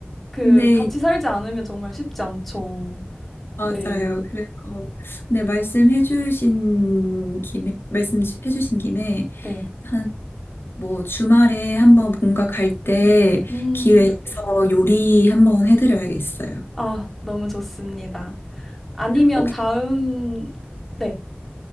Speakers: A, in the centre; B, on the left.
A: 그,
B: 네
A: 같이 살지 않으면 정말 쉽지 않죠.
B: 맞아요.
A: 네.
B: 그래서 네 말씀해주신 김에 말씀해주신 김에
A: 네.
B: 한 뭐 주말에 한번 본가 갈 때
A: 음,
B: 기회에서 요리 한번 해드려야겠어요.
A: 아, 너무 좋습니다. 아니면
B: 혹시
A: 다음, 네.